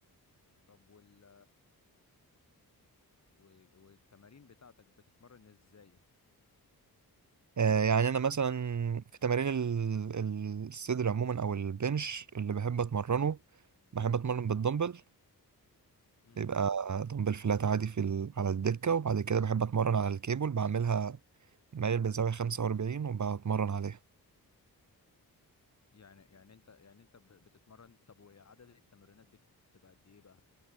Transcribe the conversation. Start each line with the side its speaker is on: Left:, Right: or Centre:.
Left: طب وال و- والتمارين بتاعتك بتتمرن ازاي
Right: آه، يعني انا مثلا في تمارين ال- ال- الصدر عموما او البنش اللي بحب اتمرنه بحب اتمرن بالدمبل
Left: امم
Right: يبقى دمبل فلات عادي في ال... على الدكة وبعد كده بحب اتمرن على الكيبل بعملها مايل بزاوية 45 وبتمرن عليها
Left: يعني يعني انت يعني انت ب- بتتمرن طب وعدد التمرينات بتبقى قد ايه بقى